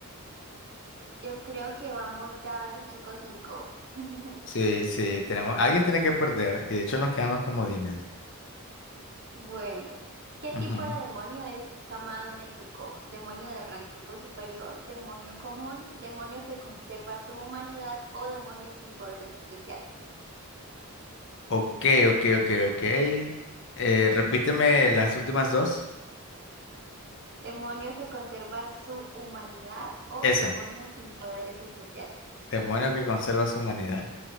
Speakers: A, on the right (about 45°); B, on the left (about 55°).
A: Yo creo que vamos ya cinco cinco. <laughs>
B: Sí, sí, tenemos, alguien tiene que perder y de hecho nos quedan los comodines.
A: Bueno, ¿qué
B: Ujú.
A: tipo de demonio es Kamado Nezuko? ¿Demonio de rango superior, demonio común, demonio que conserva su humanidad o demonio sin poderes especiales?
B: Ok, ok, ok, ok. Eh, repíteme las últimas dos.
A: Demonio que conserva su humanidad o
B: Esa,
A: demonio sin poderes especiales.
B: demonio que conserva su humanidad.